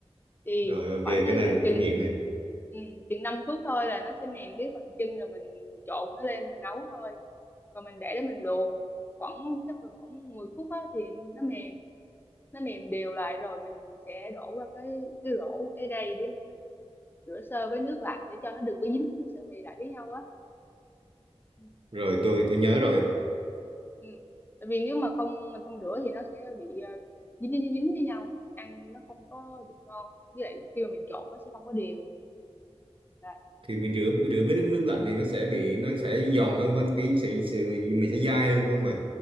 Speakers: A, on the left (about 20°); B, on the right (about 50°).
A: Thì
B: Rồi ok
A: khoảng
B: cái này
A: chừng
B: kinh nghiệm này.
A: ừ, chừng 5 phút thôi là nó sẽ mềm cái phần chân rồi mình trộn nó lên mình nấu thôi. Rồi mình để để mình luộc khoảng chắc là khoảng 10 phút á thì nó mềm. Nó mềm đều lại rồi mình sẽ đổ qua cái cái rổ cái rây để mà mình rửa sơ với nước lạnh để cho nó đừng có dính nước sợi mì lại với nhau á. Ừ.
B: Rồi tôi tôi nhớ rồi.
A: ừ. tại vì nếu mà không mình không rửa thì nó sẽ bị ờ, dính dính dính với nhau ăn nó không có được ngon với lại khi mà mình trộn nó sẽ không có đều rồi
B: Thì mình rửa rửa với nước nước lạnh thì nó sẽ bị nó sẽ giòn hơn hơn cái sự, sự mình sẽ dai hơn phải không ạ?